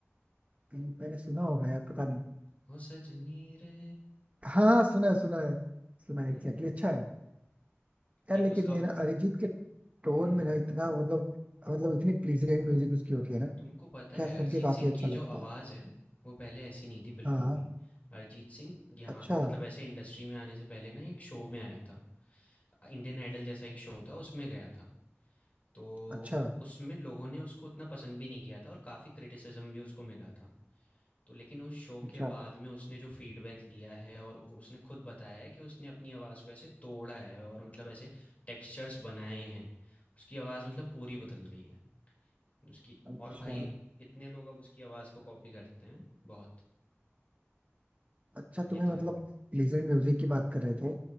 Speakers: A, on the right; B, on the left.
A: कहीं मैंने सुना होगा यार पता नहीं
B: हो सजनी रे
A: हाँ सुना है सुना है सुना है
B: हम्म
A: एग्जैक्टली अच्छा है यार
B: एक
A: लेकिन
B: उसका
A: ये ना अरिजीत के टोन
B: हम्म
A: में ना इतना मतलब मतलब इतनी प्लीजेंट
B: तुमको
A: म्यूजिक उसकी होती है ना
B: तुमको पता
A: क्या
B: है
A: सुन
B: अरिजीत
A: के काफी
B: सिंह
A: अच्छा
B: की
A: लगता
B: जो आवाज़
A: है
B: है वो पहले ऐसी नहीं थी बिल्कुल
A: हाँ
B: भी अरिजीत सिंह यहाँ
A: अच्छा
B: पे मतलब ऐसे इंडस्ट्री में आने से पहले ना एक शो में आया था इंडियन आइडल जैसा एक शो था उसमें गया था तो
A: अच्छा
B: उसमें लोगों ने उसको उतना पसंद भी नहीं किया था और काफ़ी क्रिटिसिज्म भी उसको मिला था तो लेकिन उस शो
A: अच्छा
B: के बाद में उसने जो फीडबैक लिया है और वो उसने खुद बताया है कि उसने अपनी आवाज़ को ऐसे तोड़ा है और मतलब ऐसे टेक्सचर्स बनाए हैं। उसकी आवाज़ मतलब पूरी बदल गई है। उसकी
A: अच्छा
B: और भाई इतने लोग अब उसकी आवाज़ को कॉपी करते हैं, बहुत।
A: अच्छा
B: ये
A: तुम्हें
B: तो
A: मतलब
B: है।
A: लेजर म्यूजिक की बात कर रहे थे